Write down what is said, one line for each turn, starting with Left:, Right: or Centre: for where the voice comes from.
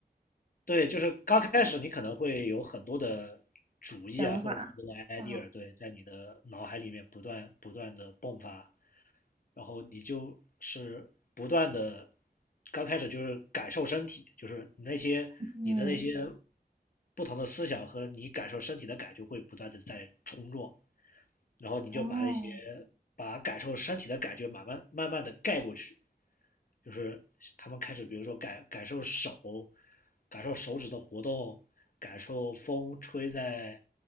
Left: 对，就是刚开始你可能会有很多的主意啊，
Right: 想法
Left: 或者很多的 idea，
Right: 啊，
Left: 对，在你的脑海里面不断不断的迸发，然后你就是不断的，刚开始就是感受身体，就是你那些你的那些
Right: 嗯，
Left: 不同的思想和你感受身体的感觉会不断的在冲撞，然后你就把那些
Right: 哦。
Left: 把感受身体的感觉慢慢慢慢的盖过去，就是他们开始，比如说感感受手，感受手指的活动，感受风吹在